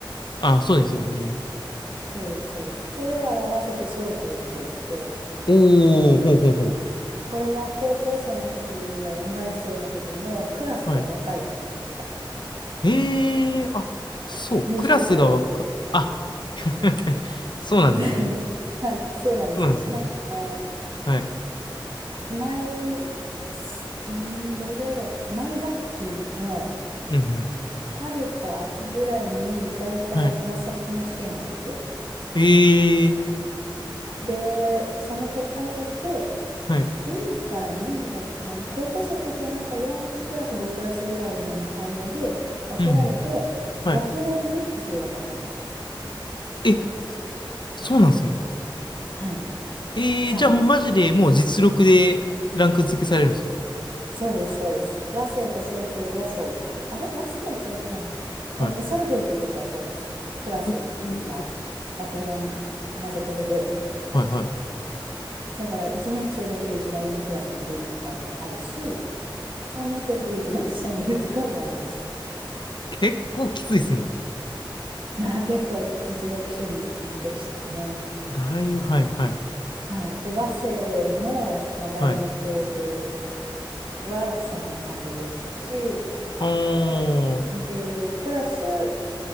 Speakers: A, on the left; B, on the right.
A: あ、そうですよね。
B: そうです、そうです。それらを合わせてソルフェージュといって、
A: おー、ほうほうほう。
B: これは高校生の時も音大生の時もクラスが分かれていました。
A: はい。へえ、あ、そう、
B: 優秀さで。
A: クラスがわか、あ、<laughs> そうなんですね。
B: <laughs> はい、そうなんです。
A: そうなんですね。
B: なんかその、
A: はい。
B: 毎、すうーん、どれぐらいだろう。毎学期の
A: うん、うん。
B: 春と秋ぐらいに、だいたいクラス分けの試験があって、
A: はい。ええ、
B: で、その結果によって、
A: はい。
B: A から D だったかな。高校生の時はなんか4クラス、5クラスぐらいの間で分けられて、
A: うん、うん。はい。
B: 学年ミックスでやってました。
A: え、そうなんですね。
B: はい。
A: ええ、
B: 3学年。
A: じゃあもうマジでもう実力でランク付けされるんですか
B: そうです、そうです。和声とソルフェージュはそうでした。あれ和声は違ったかなわソルフェージュは絶対そうです。
A: はい。
B: クラスが学年混ぜこぜで、
A: うおーはい、は
B: だから1年生だけど一番上のクラスにいるとかもあるし、3年生だけど一番下にいるとかもあります。
A: い。<laughs> 結構きついですね。
B: まあ結構実力主義でしたね。
A: だいぶ、はい、はい。
B: はい。で、和製も、まあ、大学
A: はい。
B: はそんな感じでしたし、
A: あー、う
B: で、プラス